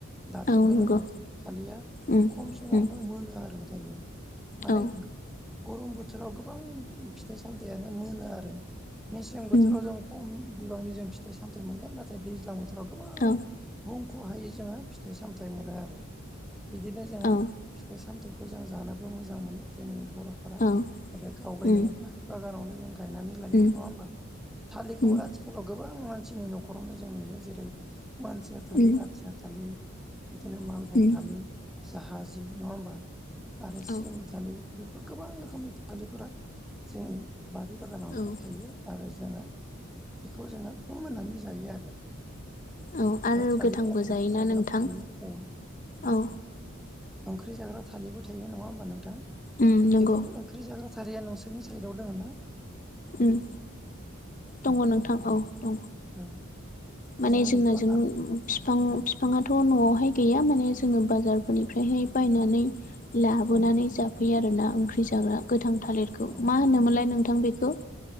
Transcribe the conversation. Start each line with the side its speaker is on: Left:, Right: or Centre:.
Centre: दाथ'
Left: औ
Centre: गोलोम
Left: नंगौ
Centre: बोथोर थालिरा
Left: उम
Centre: खम समावनो
Left: उम
Centre: मोनो आरो दायो माने
Left: औ
Centre: गरम बोथोराव गोबां फिथाइ सामथाइयानो मोनो आरो मेसें बोथोराव
Left: उम
Centre: जों खम बिबांनि जों फिथाइ सामथाइ मोनगोन नाथाय दैज्लां बोथोराव गोबां
Left: औ
Centre: बुंख'हायै जोङो गोबां फिथाइ सामथाइ मोनो आरो बिदिनो जोङो
Left: औ
Centre: फिथाइ सामथाइखौ जों जानो मोजां मोनो जोंनि बर'फोरा
Left: औ उम
Centre: गाव गावनि
Left: उम
Centre: बारि बागानाव जों गायनानै लायो
Left: उम
Centre: नङा होमबा थालिरखौबो
Left: उम
Centre: आथिखालाव गोबां मानसिनि न'खरावनो जों नुयो जेरै मानसिया थालिर
Left: उम
Centre: आथिया थालिर बिदिनो मालभग
Left: उम
Centre: थालिर जाहाजि नङा होमबा आरो
Left: औ
Centre: सिनि थालिर बेफोर गोबां रोखोमनि थालिरफोरा जोंनि बारि बागानावनो
Left: औ औ
Centre: थायो आरो जोङो बेखौ जोङो फोमोननानै जायो आरो
Left: औ आरो
Centre: थालिरा
Left: गोथांबो जायोना
Centre: ओंख्रि जाग्राबो
Left: नोंथां
Centre: थायो औ
Left: औ
Centre: ओंख्रि जाग्रा थालिरबो थायो नङा होमबा नोंथां
Left: उम नंगौ
Centre: बेफोर ओंख्रि जाग्रा थालिरा नोंसोरनि साइडआव दङ ना
Left: ओम दङ
Centre: औ
Left: नोंथां औ दङ
Centre: औ
Left: माने
Centre: जोङो
Left: जोंनाजों
Centre: बेखौ आ
Left: बिफां बिफाङाथ' न'आवहाय गैया माने जोङो बाजारफोरनिफ्रायहाय बायनानै लाबोनानै
Centre: औ
Left: जाफैयो आरोना ओंख्रि जाग्रा गोथां थालिरखौ
Centre: औ
Left: मा होनोमोनलाय नोंथां थां बेखौ